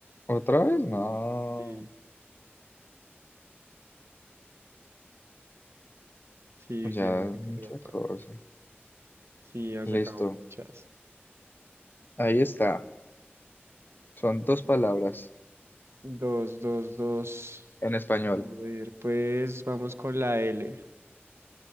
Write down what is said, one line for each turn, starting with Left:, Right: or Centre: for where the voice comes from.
Left: ¿Otra vez? No.
Right: Sí. Sí,
Left: Ya,
Right: sí, van a sacarle
Left: mucha
Right: otra.
Left: cosa.
Right: Sí, han
Left: Listo.
Right: sacado muchas.
Left: Ahí está. Son dos palabras
Right: Dos, dos, dos.
Left: en español.
Right: A ver, pues vamos con la L.